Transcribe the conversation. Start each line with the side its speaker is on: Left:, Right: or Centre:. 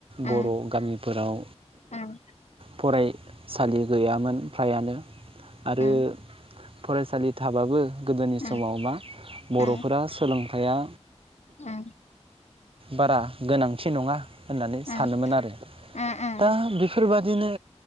Right: बर
Left: उम
Right: गामिफोराव
Left: उम
Right: फरायसालि गैयामोन फ्रायानो आरो
Left: उम
Right: फरायसालि थाबाबो गोदोनि
Left: उम
Right: समाव मा बरफोरा
Left: उम
Right: सोलोंथाइ हाया
Left: उम
Right: बारा गोनांथि नङा होननानै सानोमोन
Left: उम
Right: आरो
Left: उम उम
Right: दा बेफोरबाय बिदिनो